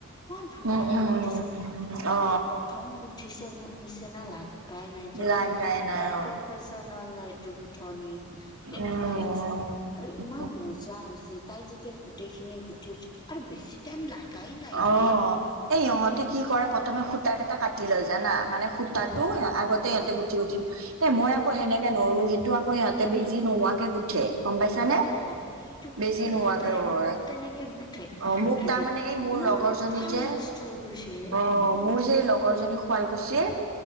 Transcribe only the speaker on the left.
ইমান ধুনীয়াকে
গুঠিছে
তাই
যে প্ৰথম গুঠিছে ব নিচিনা লাগ- লাগাই নাই যেন
মানে
তাই
প্ৰফেচনেল হেটো গুঠনি। তেনেকুৱা
লাগছে আৰু ইমান মজ- মজা হৈছে তাই যেতিয়া গোটেইখিনি গুঠি উঠ আৰু বেছি টাইম লাগাই নাই
ৰে।
অ
অ
অ সেইটো কৈছো
ইহঁতে
<unintelligible>
আৰু
ইমান
ফাষ্ট
হৈ গৈছে